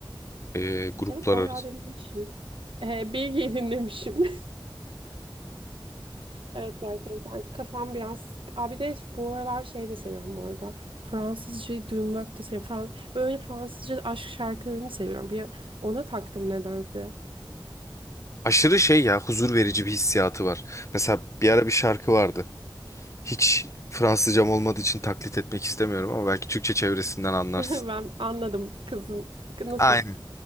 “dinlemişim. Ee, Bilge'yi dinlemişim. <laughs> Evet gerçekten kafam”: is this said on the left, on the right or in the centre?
Right